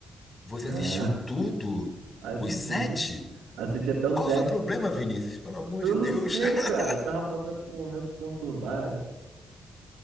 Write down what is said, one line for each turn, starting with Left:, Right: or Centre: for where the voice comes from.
Left: Você
Right: Ah,
Left: assistiu tudo?
Right: <laughs> assisti.
Left: Os sete?
Right: Assisti até o
Left: Qual
Right: 7.
Left: o seu problema, Vinícius? Pelo amor
Right: Eu
Left: de Deus.
Right: não sei,
Left: <laughs>
Right: cara. Eu tava passando por um momento conturbado.